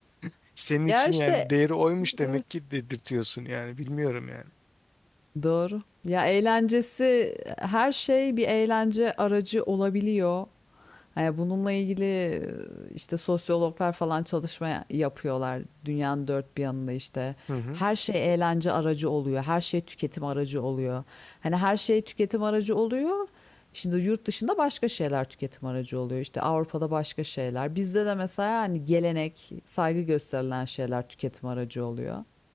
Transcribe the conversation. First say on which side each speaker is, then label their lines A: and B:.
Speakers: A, on the left; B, on the left.
A: <laughs> senin için
B: Ya, işte
A: yani değeri oymuş demek
B: Evet,
A: ki dedirtiyorsun yani bilmiyorum yani.
B: doğru. Ya, eğlencesi e, her şey bir eğlence aracı olabiliyor. Hani bununla ilgili, e, işte, sosyologlar falan çalışma ya yapıyorlar dünyanın dört bir yanında, işte.
A: Hı hı.
B: Her şey eğlence aracı oluyor, her şey tüketim aracı oluyor. Hani her şey tüketim aracı oluyor, Şimdi yurt dışında başka şeyler tüketim aracı oluyor. İşte Avrupa'da başka şeyler. Bizde de mesela hani gelenek, saygı gösterilen şeyler tüketim aracı oluyor.